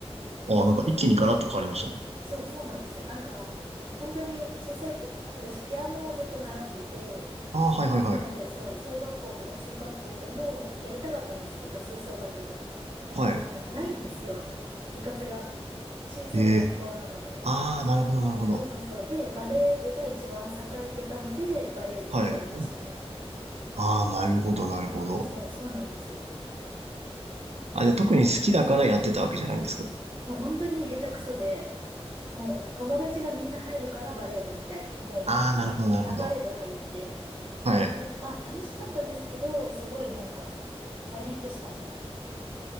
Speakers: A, on the right (about 80°); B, on the right (about 50°).
A: ああ、なんか一気にガラッと変わりましたね。
B: そう、そうなんですよ。なんか、本当に小さい時、私ピアノをずっと習ってて、
A: ああ、はいはいはい。
B: なので、そう、小学校とか中学校でもやりたかったんですけど、吹奏楽部、
A: はい。
B: あの、ないんですよ。<laughs> 部活が。小さい学校なので。
A: ええ。ああ、なるほど、なるほど。
B: そうそうそう。で、バレー部が一番栄えてたので、バレー部に入りましたね。
A: はい。ああ、なるほど、なるほど。
B: そうそうなんです。なんかほん、
A: あ、じゃあ特に好きだからやってたわけじゃないんですか
B: もう本当に下手くそで、もう友達がみんな入るからバレー部みたいな、もう本当に流れで入って、
A: ああ、なるほど、なるほど。はい。
B: 本当に、まあ楽しかったですけど、すごいなんか大変でしたね。